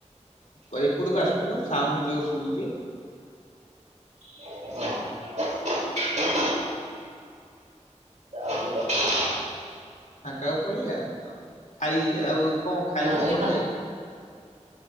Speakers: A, on the left (about 80°); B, on the right (about 75°).
A: ଆ ଏପଟକୁ ଆସୁନ ସାଉଣ୍ଡ ଜୋର ଶୁଭୁଛି।
B: ହଁ। <inaudible>
A: ଫାଙ୍କାକୁ ପଳେଇଆ ଆଉ ଖାଇ ଆଉ କଣ ଖାଇବୁ
B: ହଁ ଏଇ
A: କଣ
B: ଶୁଣ
A: ଯାଇକି?